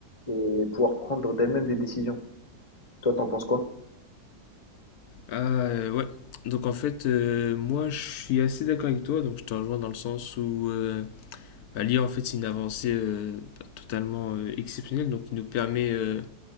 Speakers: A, on the left (about 25°); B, on the left (about 70°).
A: et pouvoir prendre d'elle-même des décisions. Toi, t'en penses quoi?
B: Ah euh, ouais. Donc en fait, euh, moi, je suis assez d'accord avec toi. Donc je te rejoins dans le sens où euh, Bah, L'IA, en fait, c'est une avancée euh, totalement euh, exceptionnelle, donc qui nous permet euh,